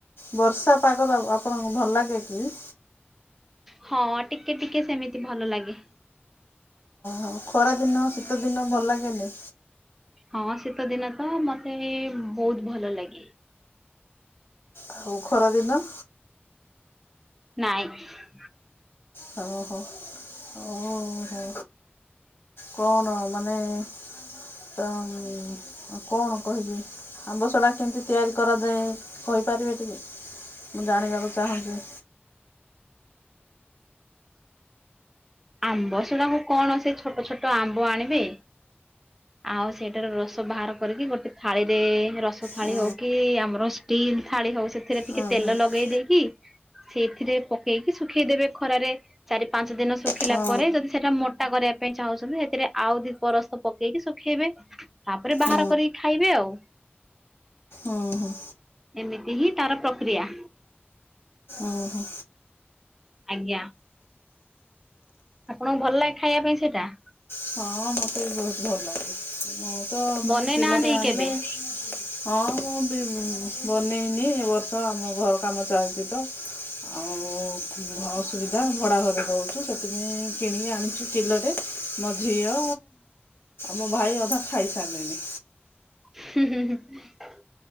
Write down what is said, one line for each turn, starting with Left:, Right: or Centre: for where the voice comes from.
Left: ବର୍ଷା ପାଗ ତ ଆଉ ଆପଣଙ୍କୁ ଭଲ ଲାଗେ କି?
Centre: ହଁ ଟିକେ ଟିକେ ସେମିତି ଭଲ ଲାଗେ
Left: ହଁ ଖରା ଦିନ ଶୀତ ଦିନ ଭଲ ଲାଗେନେଇ?
Centre: ହଁ ଶୀତ ଦିନ ତ ମତେ ଭୋଉତ୍ ଭଲ ଲାଗେ।
Left: ଆଉ ଖରାଦିନ?
Centre: ନାଇଁ।
Left: ହ ହୋ ଓହୋ କଣ ମନେ ତ ଉଁ ଅ କଣ କହିବି ଆମ୍ବସଡ଼ା କେମତି ତିଆରି କରାଯାଏ କହିପାରିବେ ଟିକେ ମୁଁ ଜାଣିବାକୁ ଚାହୁଁଚି।
Centre: ଆମ୍ବ ସେଡ଼ାକୁ କଣ ସେ ଛୋଟ ଛୋଟ ଆମ୍ବ ଆଣିବେ। ଆଉ ସେଇଟାର ରୋସ ବାହାର କରିକି ଗୋଟେ ଥାଳିରେ ରସ ଥାଳି
Left: ହଁ
Centre: ହଉ କି ଆମର ଷ୍ଟିଲ୍ ଥାଳି ହଉ ସେଥିରେ ଟିକେ
Left: ହଁ
Centre: ତେଲ
Left: ହଁ
Centre: ଲଗେଇ ଦେଇକି ସେଇଥିରେ ପକେଇକି ସୁ ଖେଇଦେବେ ଖରାରେ ଚାରି ପାଞ୍ଚ ଦିନ ଶୁଖିଲା
Left: ହଁ
Centre: ପରେ ଯଦି ସେଟା ମୋଟା କରିବା ପାଇଁ ଚାହୁଁଛନ୍ତି ସେଥିରେ ଆଉ ଦି ପରସ୍ତ ପକେଇକି ଶୁଖେଇବେ। ତାପରେ ବାହାର
Left: ହଁ
Centre: କରିକି ଖାଇବେ ଆଉ।
Left: ହଁ ହଁ।
Centre: ଏମିତି ହିଁ ତାର ପ୍ରକ୍ରିୟା।
Left: ଓହୋ।
Centre: ଆଜ୍ଞା। ଆପଣଙ୍କୁ ଭଲ ଲାଗେ ଖାଇବା ପାଇଁ ସେଇଟା?
Left: ହଁ ମୋତେ ବି ବହୁତ ଭଲ ଲାଗେ ମୁଁ ତ ମାନେ
Centre: ବନେଇ
Left: କିଲଟେ
Centre: ନାହାନ୍ତି କି
Left: ଆଣିଲେ
Centre: କେବେ?
Left: ହଁ ମୁଁ ବି ବନେଇନି ଏ ବର୍ଷ ଆମ ଘର କାମ ଚାଲଚି ତ। ଆଉ ଅସୁବିଧା ଭଡ଼ା ଘରେ ରହୁଚୁ ସେଥିପାଇଁ କିଣିକି ଆଣିଚୁ କିଲରେ। ମୋ ଝିଅ ମୋ ଭାଇ ଅଧା ଖାଇସାରଲେଣି।
Centre: ହୁଁ ହୁଁ ହୁଁ ‌।